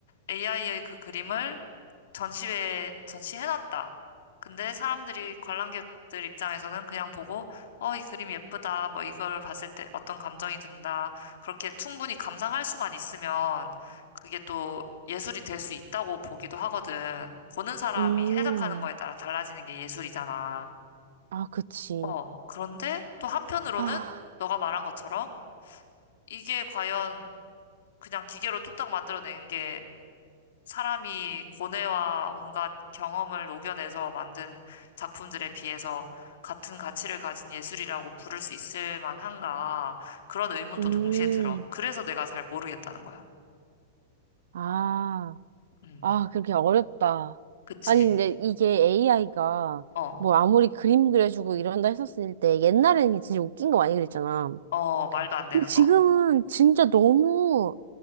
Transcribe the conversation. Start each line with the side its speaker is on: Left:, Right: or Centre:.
Left: AI의 그 그림을 전시회에 전시해놨다. 근데 사람들이 관람객들 입장에서는 그냥 보고, 어, 이 그림 예쁘다. 뭐 이걸 봤을 때 어떤 감정이 든다. 그렇게 충분히 감상할 수만 있으면 그게 또 예술이 될 수 있다고 보기도 하거든. 보는 사람이
Right: 음.
Left: 해석하는 거에 따라 달라지는 게 예술이잖아.
Right: 아, 그치.
Left: 어, 그런데 또 한편으로는
Right: 하,
Left: 너가 말한 것처럼 이게 과연 그냥 기계로 뚝딱 만들어낸 게 사람이 고뇌와 온갖 경험을 녹여내서 만든 작품들에 비해서 같은 가치를 가진 예술이라고 부를 수 있을 만한가 그런 의문도
Right: 음.
Left: 동시에 들어. 그래서 내가 잘 모르겠다는 거야.
Right: 아,
Left: 음,
Right: 아, 그렇게 어렵다.
Left: 그치.
Right: 아니, 근데 이게 AI가
Left: 어,
Right: 뭐 아무리 그림 그려주고 이런다 했었을 때 옛날에는 진짜 웃긴 거 많이 그랬잖아.
Left: 어, 말도 안 되는
Right: 근데 지금은
Left: 거.
Right: 진짜 너무